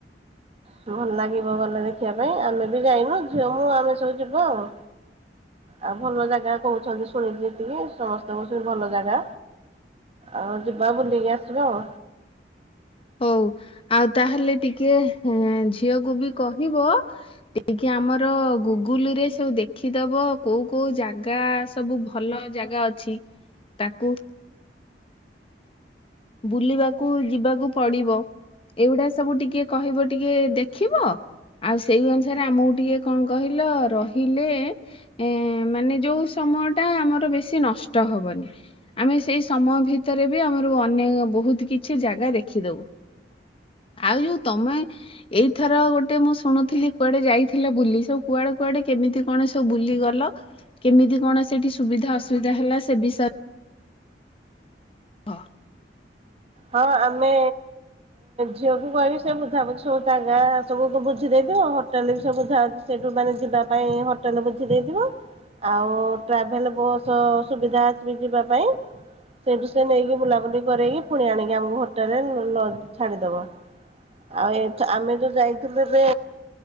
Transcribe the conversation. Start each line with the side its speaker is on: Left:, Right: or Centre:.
Right: ଭଲ ଲାଗେ। ଗଲେ ଦେଖିବା ପାଇଁ ଆମେ ବି ଯାଇନୁ ଝିଅ ମୁ ଆମେ ସବୁ ଯିବା ଆଉ ଆଉ ଭଲ ଜାଗା କହୁଛନ୍ତି ଶୁଣିକି ଯେତିକି ସମସ୍ତେ କହୁଛନ୍ତି ଭଲ ଜାଗା ଆଉ ଯିବା ବୁଲିକି ଆସିବା ଆଉ।
Left: ହଉ ଆଉ ତାହେଲେ ଟିକେ ଝିଅକୁ ବି କହିବ ଟିକେ ଆମର ଗୁଗୁଲ ରେ ସବୁ ଦେଖିଦବ କୋଉ କୋଉ ଜାଗା ସବୁ ଭଲ ଜାଗା ଅଛି ତାକୁ ବୁଲିବାକୁ ଯିବାକୁ। ପଡିବ ଏଗୁଡା ସବୁ ଟିକେ କହିବ ଟିକେ ଦେଖିବ ଆଉ ସେଇ ଅନୁସାରେ ଆମକୁ ଟିକେ କଣ କହିଲ ରହିଲେ ଏ ମାନେ ଯୋଉ ସମୟ ଟା ଆମର ବେଶୀ ନଷ୍ଟ ହବନି ଆମେ ସେଇ ସମୟ ଭିତରେ ବି ଆମର ଅନେକ ବହୁତ କିଛି ଜାଗା ଦେଖ। ଦେଖିଦବୁ ଆଉ ଯୋଉ ତମେ ଏଇଥର ଗୋଟେ ମୁଁ ଶୁଣୁଥିଲି କୁଆଡେ ଯାଇଥିଲା ବୁଲି ସବୁ କୁଆଡେ କୁଆଡେ କେମିତି କଣ ସବୁ ବୁଲି ଗଲ କେମିତି କଣ ସେଠି ସୁବିଧା ଅସୁବିଧା ହେଲା ସେ ବିଷୟରେ। ହ।
Right: ହଁ ଆମେ ଝିଅକୁ କହିବି ସେ ବୁଝାାବୁଛି ସବୁ ଜାଗା ସବୁ ବୁଝି ଦେଇଥିବ ହୋଟେଲ ବି ସବୁ ବୁଝଛି ସେଇଠୁ ମାନେ ଯିବା ପାଇଁ ହୋଟେଲ ବୁଝି ଦେଇଥିବ ଆଉ ଟ୍ରାଭେଲ ବସ୍ ସୁବିଧା ଆସିବ ଯିବା ପାଇଁ ସେଇଠୁ ସେ ନେଇକି ବୁଲାବୁଲି କରକି। ପୁଣି ଆଣିକି ଆମକୁ ହୋଟେଲରେ ଛାଡ଼ିଦେବ ଆଉ ଏ ଆମେ ଯେଉଁ ଯାଇଥିଲୁ ଏବେ